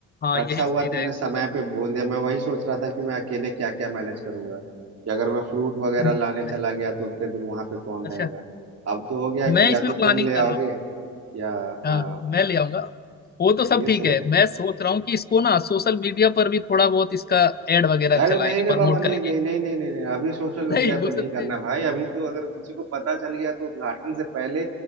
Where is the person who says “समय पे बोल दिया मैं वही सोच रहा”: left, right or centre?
Right